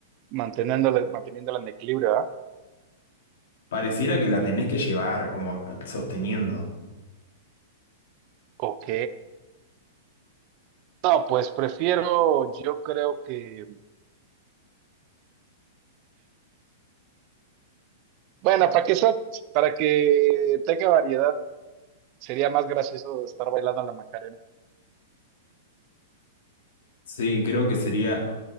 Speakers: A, on the right (about 40°); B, on the left (about 70°).
A: manteniéndola, manteniéndola en equilibrio, ¿verdad?
B: Pareciera que la tenés que llevar como sosteniendo.
A: Ok. No, pues prefiero, yo creo que, bueno, para que sea- para que tenga variedad, sería más gracioso estar bailando la Macarena.
B: Sí, creo que sería,